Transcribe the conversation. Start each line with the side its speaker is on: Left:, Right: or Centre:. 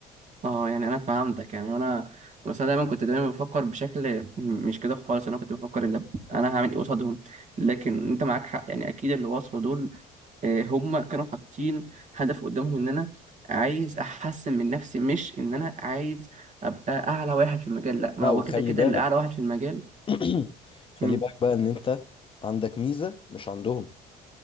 Right: اه يعني انا فهمتك يعني انا بس انا دايما كنت دايما بفكر بشكل م- مش كده خالص انا كنت بفكر ان انا هعمل ايه قصادهم لكن انت معاك حق يعني اكيد اللي وصلوا دول آه، هم كانوا حاطين هدف قدامهم ان انا عايز احسن من نفسي مش ان انا عايز ابقى اعلى واحد في المجال لا
Left: لا
Right: ما هو
Left: وخلي
Right: كده كده
Left: بالك
Right: اللي اعلى واحد في المجال
Left: <clears throat> خلي
Right: مم.
Left: بالك بقى ان انت عندك ميزة مش عندهم